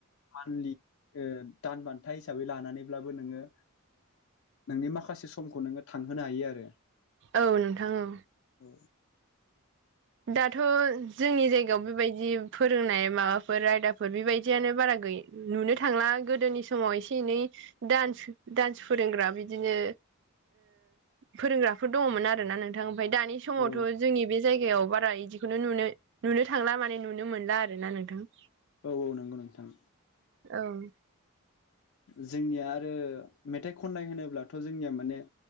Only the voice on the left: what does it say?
मानलि दान बान्था हिसाबै लानानैब्लाबो नोङो नोंनि माखासे समखौ नोङो थांहोनो हायो आरो
औ
औ
औ औ नंगौ नोंथां
जोंनिया आरो मेथाइ खननाय होनोब्लाथ' जोंनिया माने